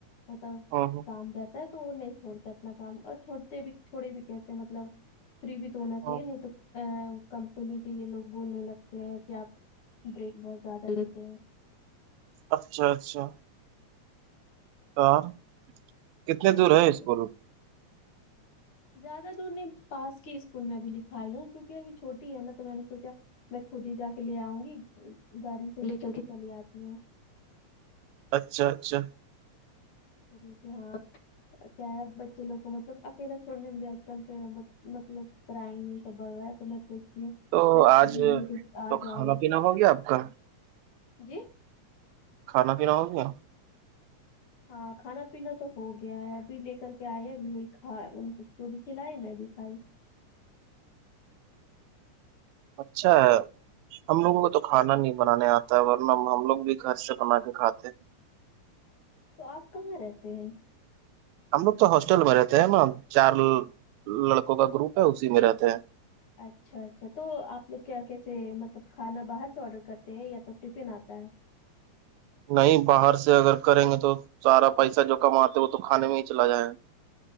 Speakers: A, on the left; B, on the right.
A: مطلب
B: ہاں
A: کام رہتا ہے تو وہ نہیں چھوڑتا اپنا کام اور چھوڑتے بھی چھوڑے بھی کہتے ہیں مطلب فری بھی تو ہونا
B: ہاں
A: چاہیے نہیں تو کمپنی کے یہ لوگ بولنے لگتے ہیں کہ آپ بریک بہت زیادہ لیتے ہیں
B: اچھا اچھا اور کتنے
A: تو
B: دور
A: وہی
B: ہے اسکول
A: زیادہ دور نہیں پاس کی اسکول میں اب لکھا رہ ہوں کیوںکہ اب چھوٹی ہے نا تو میں نے سوچا میں خود ہی جا کے لے آؤں گی گاڑی سے لے کر کے چلی آتی ہوں
B: اچھا اچھا
A: ختحس کیا ہے بچے لوگ کو مطلب اکیلا چھڑنے میں بھیج کل کے مطلب کر نہیں توبڑ رہا ہے تو میں سوچتی ہوں
B: تو
A: میں خود
B: آج
A: ہی نہیں آ
B: تو
A: جاؤں
B: کھانا پینا ہو گیا آپ کا
A: جی
B: کھانا پیین ہو گیا
A: ہاں کھانا پینا تو ہو گیا ہے ابھی لے کر کے آئے اب وہی کھا اس کو بھی کھلائے میں بھی کھائی
B: اچھا ہم لوگوں کو تو کھانا نہیں بنانے آتے وورن ہم ہم لوگ بھی خرچ بنا کے کھاتے ہیں
A: تو آپ کہاں رہتے ہیں
B: ہم لوگ تو ہاسٹل میں رہتے ہیں نا چار لڑکوں کا گروپ ہے اسی میں رہتے ہیں
A: اچھا اچھا تو آپ لوگ کیا کیسے مطلب کھانا باہر سے آڈر کرتے ہیں یا تو ٹفن آتا ہے
B: نہیں باہر سے اگر کریں گے تو سارا پیسہ جو کماتے وہ تو کھانے میں ہی چلا جائےیں گا